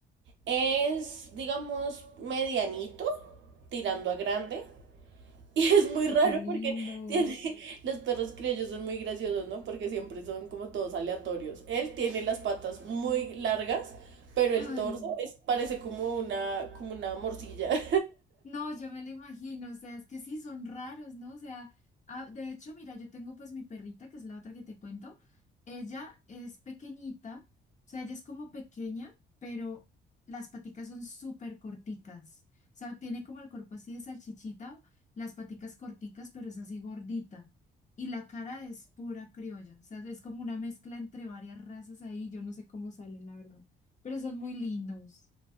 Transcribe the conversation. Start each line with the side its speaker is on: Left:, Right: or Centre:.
Right: Es, digamos, medianito, tirando a grande. <laughs> Y es muy
Left: Ay,
Right: raro
Left: qué lindo.
Right: porque tiene, <laughs> los perros criollos son muy graciosos, ¿no? Porque siempre son como todos aleatorios. Él tiene las patas muy largas, pero el
Left: Ay.
Right: torso es, parece como una, como una morcilla. <laughs>
Left: No, yo me lo imagino, o sea, es que sí, son raros, ¿no? O sea, ah, de hecho, mira, yo tengo pues mi perrita, que es la otra que te cuento, ella es pequeñita, o sea, ella es como pequeña, pero las paticas son súper corticas, o sea, tiene como el cuerpo así de salchichita, las paticas corticas, pero es así gordita, y la cara es pura criolla, o sea, es como una mezcla entre varias razas ahí, yo no sé cómo salen, la verdad, pero son muy lindos.